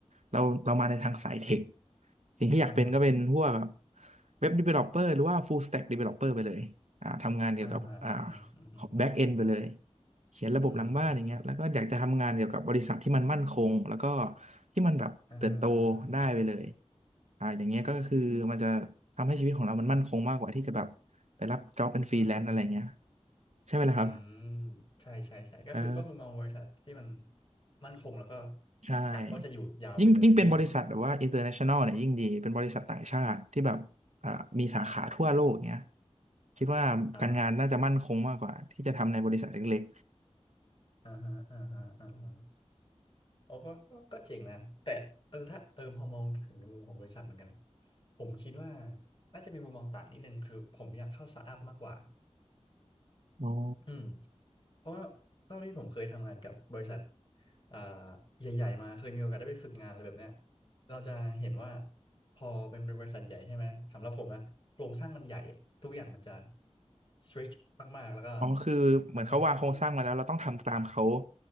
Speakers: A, on the right; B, on the left.
A: เราเรามาในทางสายเทคสิ่งที่อยากเป็นก็เป็นพวกแบบ
B: อ่าฮะ
A: เว็บ developer หรือว่า full stack developer ไปเลยอ่าทำงานเกี่ยวกับอ่า
B: อ่าฮะอ่าฮะอืมอืม
A: back end ไปเลยเขียนระบบหลังบ้านอย่างเงี้ยแล้วก็อยากจะทำงานเกี่ยวกับบริษัทที่มันมั่นคงแล้วก็
B: อืม
A: ที่มันแบบเติบโตได้ไปเลย
B: อ่าฮะอ่าฮะอ่าฮะ
A: อ่าอย่างเงี้ยก็คือมันจะทำให้ชีวิตของเรามันมั่นคงมากกว่าที่จะแบบไปรับ job เป็นฟรีแลนซ์อะไรเงี้ย
B: อือฮึ
A: ใช่ไหมล่ะครับ
B: อืมใช่ใช่ใช่ก็คือก็คือมองบริษัทที่มัน
A: เออ
B: มั่นคงแล้วก็
A: ใช่
B: กะว่าจะอยู่ยาวไปเลยใช่ไหม
A: ยิ่งยิ่งเป็นบริษัทแบบว่า international เนี่ยยิ่งดีเป็นบริษัทต่างชาติที่แบบอ่ามีสาขาทั่วโลกเนี้ยคิดว่าการงานน่าจะมั่นคงมากกว่าที่จะทำในบริษัทเล็ก
B: อ๋ออ่าฮะอ่าฮะอ่าฮะโอ้ก็ก็ก็เจ๋งนะแต่เออถ้าเออพอมองถึงในมุมของบริษัทเหมือนกันผมคิดว่าน่าจะมีมุมมองต่างนิดนึงคือผมอยากเข้าสตาร์ทอัพมากกว่า
A: ๆอ๋อ
B: อืม เพราะว่าเท่าที่ผมเคยทำงานกับบริษัทอ่าใหญ่ๆมาเคยมีโอกาสได้ไปฝึกงานอะไรแบบเนี้ยเราจะเห็นว่าพอเป็นบริษัทใหญ่ใช่ไหมสำหรับผมนะโครงสร้างมันใหญ่อะทุกอย่างมันจะ stretch มากๆแล้วก็
A: อ๋อคือเหมือนเขาวางโครงสร้างมาแล้วเราต้องทำตามเขา
B: อ่ะมันต้องมันต้อง